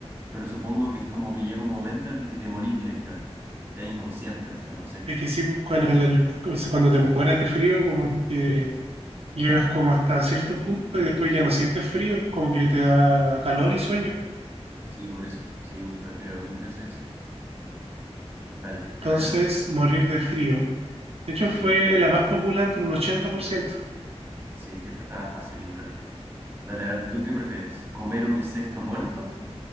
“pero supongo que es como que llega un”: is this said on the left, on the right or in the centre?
Right